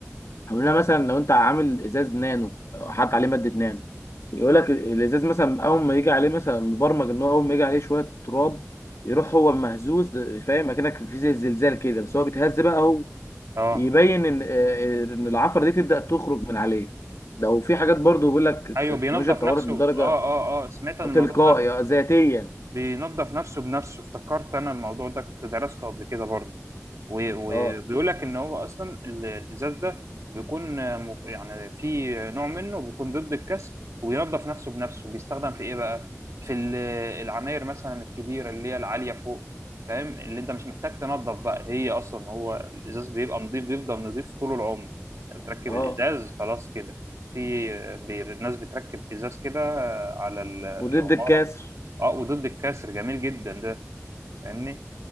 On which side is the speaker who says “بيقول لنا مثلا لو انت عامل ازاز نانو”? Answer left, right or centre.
Left